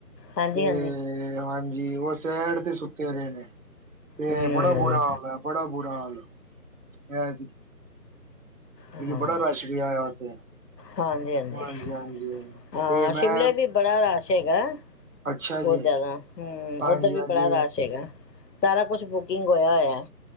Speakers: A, on the left; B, on the right.
A: ਹਾਂਜੀ-ਹਾਂਜੀ
B: ਤੇ ਹਾਂਜੀ ਜੀ ਉਹ ਸੈਈਡ ਤੇ ਸੁੱਤੇ ਰਹੇ ਨੇ, ਤੇ
A: ਹੂੰ
B: ਬੜਾ ਬੁਰਾ ਹਾਲ ਐ ਬੜਾ ਬੁਰਾ ਬੁਰਾ ਹਾਲ ਐ
A: ਹਾਂ
B: ਬੜਾ ਰਸ਼ ਵੀ ਆਇਆ ਉਥੇ,
A: ਹਾਂਜੀ-ਹਾਂਜੀ।
B: ਹਾਂਜੀ ਹਾਂਜੀ
A: ਹਾਂ
B: ਤੇ
A: ਸ਼ਿਮਲੇ
B: ਮੈਂ
A: ਵੀ ਬੜਾ ਰਸ਼ ਹੈਗਾ,
B: ਅੱਛਾ ਜੀ,
A: ਬਹੁਤ ਜਿਆਦਾ ਹੂ
B: ਹਾਂਜੀ-ਹਾਂਜੀ,
A: ਉੱਧਰ ਵੀ ਬੜਾ ਰਸ਼ ਹੈਗਾ ਸਾਰਾ ਕੁਛ ਬੁਕਿੰਗ ਹੋਇਆ ਹੋਇਆ